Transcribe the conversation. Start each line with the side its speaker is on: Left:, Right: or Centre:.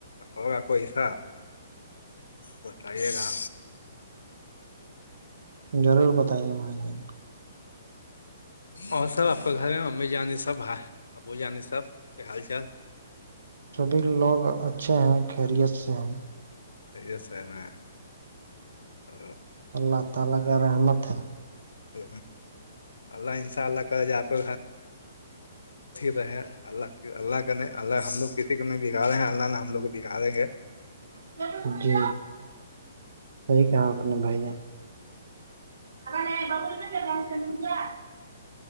Left: ہوگا کوئی سا بتائیے گا
Right: ضرور بتائیں گے بھائی جان
Left: اور سب آپ گھر میں امی جان سب ابو جان سب کے حال چال
Right: سبھی لوگ اچھے ہیں خیریت سے ہیں
Left: اس سمے تو
Right: اللہ تعالی کا رحمت ہے
Left: تو اللہ انشاء اللہ کرے آپی رہے اللہ اللہ کے نہیں اللہ ہم لوگ کسی کو نہیں بگاڑی رہے ہیں اللہ نے ہم لوگ بگاڑیں گے
Right: جی جی صحیح کہا آپ نے بھائی جان ارا نہیں بول ل ب سل ت کیا